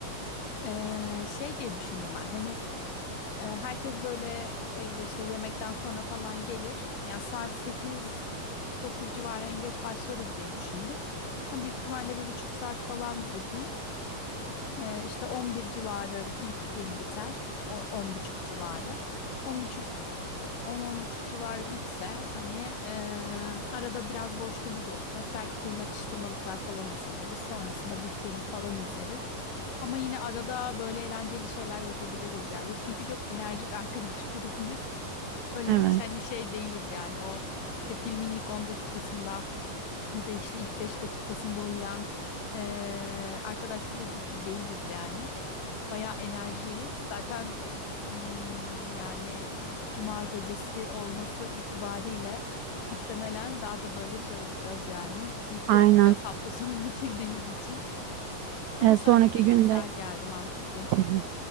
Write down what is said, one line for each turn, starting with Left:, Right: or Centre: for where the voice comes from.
Left: <laughs> Ee, şey diye düşündüm ben hani e, herkes böyle evde işte yemekten sonra falan gelir. Yani saat sekiz dokuz civarı en geç başlarız diye düşündüm. Hani büyük ihtimalle bir buçuk saat falan bir film. Ee, işte 11 civarı ilk film biter. O 10 buçuk civarı. on buçuk on on buçuk civarı bitse hani eee, arada biraz boşluğumuz olacak. Belki yeni atıştırmalıklar falan hazırlarız. Sonrasında bir film falan izleriz. Ama yine arada böyle eğlenceli şeyler yapabiliriz ya. Biz çünkü çok enerjik arkadaş <laughs> grubuyuz. Böyle
Right: Evet.
Left: hiç hani şey değiliz yani o işte filmin ilk 10 dakikasında ya da işte ilk 5 dakikasında uyuyan eee, arkadaş grubu bir değiliz yani. Bayağı enerjiyiz. Zaten hmm, yani cuma gecesi olması itibariyle muhtemelen daha da böyle şey olacağız yani. Mutlu
Right: Aynen.
Left: olacağız hafta sonuna <laughs> girdiğimiz için. Ama
Right: E,
Left: söylediğin
Right: sonraki günde
Left: güzel geldi, mantıklı.
Right: Hı hı.